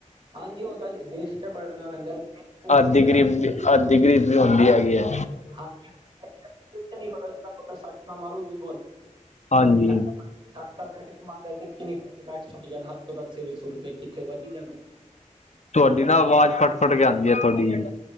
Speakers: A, on the right; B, on the left.
A: ਹਾਂਜੀ, ਉਹ ਤਾਂ ਦੇਸ਼ ਚ ਪੜਨਾ ਪੈਂਦਾ ਵਿੱਚ ਨਹੀਂ ਫੜਦੇ
B: ਅੱਥ ਦੀ ਗਰੀਬ
A: ਤਾਂ
B: ਵੀ, ਅੱਥ ਦੀ ਗਰੀਬ ਵੀ ਹੁੰਦੀ ਹੈਗੀ ਹੈ।
A: ਹਾਂ ਵਿੱਚ ਨਹੀਂ ਫੜਦੇ ਤਾਂ ਸੱਟ ਤਾਂ ਮਾਰੁਗੀ ਬਾਲ।
B: ਹਾਂਜੀ
A: ਸਤ ਬੈਟ ਮਾਰਦਾ ਨੀ ਬੈਠਛੱਟਦਾ ਹੱਥ ਤੋਂ ਦੱਸ ਸ ਸੁਰ ਕਿੱਥੇ ਵੱਜ ਹੀ ਜਾਂਦੀ।
B: ਤੁਹਾਡੀ ਨਾ ਆਵਾਜ਼ ਫਟ- ਫਟ ਕੇ ਆਉਂਦੀ ਹੈ ਤੁਹਾਡੀ